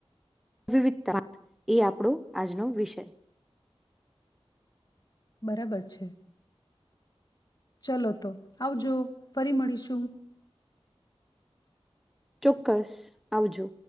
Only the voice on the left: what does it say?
બરાબર છે ચલો તો આવજો ફરી મળીશું